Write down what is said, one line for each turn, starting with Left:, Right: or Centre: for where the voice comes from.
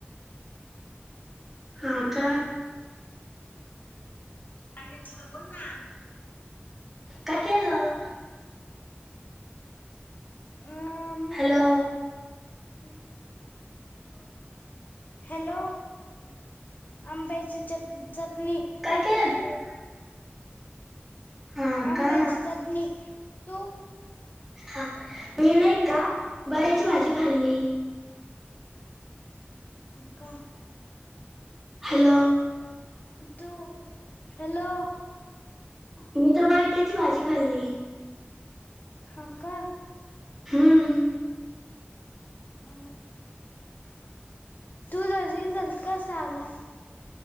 Centre: हा का.
Left: चाललीन पुढं बोल ना.
Centre: काय केलं?
Left: <inaudible>
Centre: हॅलो.
Left: <inaudible> हॅलो आंब्याची चटणी चटणी.
Centre: काय केलंत? हा
Left: आंब्याची
Centre: का
Left: चटणी. तू
Centre: हा, मी नाही का बड्याची भाजी खाल्ली.
Left: हो का.
Centre: हॅलो.
Left: तू हॅलो.
Centre: मी तर बटाट्याची भाजी खाल्ली.
Left: हाव का?
Centre: हां.
Left: अ... तुझा रिझल्ट कसा आला?